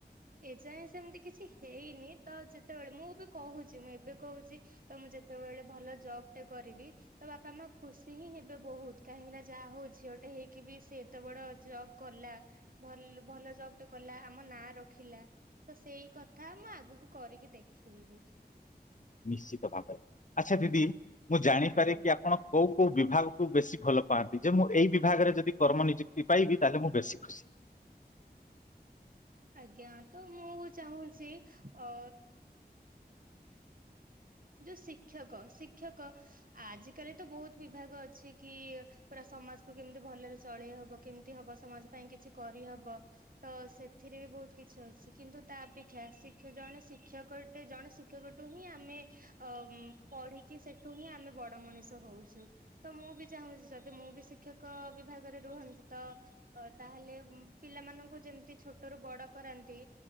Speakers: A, on the right (about 55°); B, on the left (about 50°).
A: ଏଯାଏଁ ସେମିତି କିଛି ହେଇନି ତ ଯେତେବେଳେ ମୁଁ ବି କହୁଛି ମୁଁ ଏବେ କହୁଛି ତ ମୁଁ ଯେତେବେଳେ ଭଲ ଜବ୍ ଟେ କରିବି ତ ବାପା ମା ଖୁସି ହିଁ ହେବେ ବହୁତ କାହିଁକି ନା ଯାହା ହଉ ଝିଅଟେ ହେଇକି ବି ସେ ଏତେ ବଡ ଜବ୍ କଲା ଭଲ ଭଲ ଜବ ଟେ କଲା ଆମ ନାଁ ରଖିଲା ତ ସେଇ କଥା ମୁଁ ଆଗକୁ କରିକି ଦେଖେଇବି।
B: ନିଶ୍ଚିତ ଭାବରେ ଆଚ୍ଛା ଦିଦି ମୁଁ ଜାଣିପାରେ
A: ଆଜ୍ଞା
B: କି ଆପଣ କୋଉ କୋଉ ବିଭାଗକୁ ବେଶୀ ଭଲ ପାଆନ୍ତି ଯେ ମୁଁ ଏଇ ବିଭାଗରେ ଯଦି କର୍ମ ନିଯୁକ୍ତି ପାଇବି ତାହେଲେ ମୁଁ ବେଶୀ ଖୁସି।
A: ଆଜ୍ଞା ତ ମୁଁ ଚାହୁଁଛି ଅ ଯୋଉ ଶିକ୍ଷକ ଶିକ୍ଷକ ଆଜିକାଲି ତ ବହୁତ ବିଭାଗ ଅଛି କି ପୁରା ସମାଜ କୁ କେମିତି ଭଲରେ ଚଳେଇ ହବ କେମିତି ହବ ସମାଜ ପାଇଁ କିଛି କରିହବ ତ ସେଥିରେ ବି ବହୁତ କିଛି ଅଛି କିନ୍ତୁ ତା ଅପେକ୍ଷା ଜଣେ ଶିକ୍ଷକଟେ ଜଣେ ଶିକ୍ଷକଠୁ ହିଁ ଆମେ ଅ ପଢିକି ସେଠୁ ହିଁ ଆମେ ବଡ ମଣିଷ ହଉଛୁ ତ ମୁଁ ବି ଚାହୁଁଛି ଯଦି ମୁଁ ବି ଶିକ୍ଷକ ବିଭାଗରେ ରୁହନ୍ତି ତ ତାହେଲେ ପିଲାମାନଙ୍କୁ ଯେମିତି ଛୋଟରୁୁ ବଡ କରାନ୍ତି